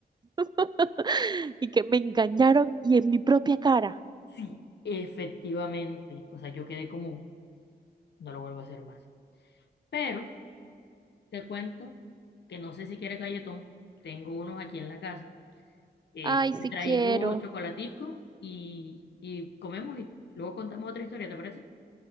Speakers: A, on the right; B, on the left.
A: <laughs> Y que me engañaron y en mi propia cara.
B: Sí, efectivamente, o sea, yo quedé como, no lo vuelvo a hacer más. Pero te cuento que no sé si quiere galletón, tengo unos aquí en la casa, eh,
A: Ay, sí
B: te traigo
A: quiero.
B: chocolatico y, y comemos y luego contamos otra historia, ¿te parece?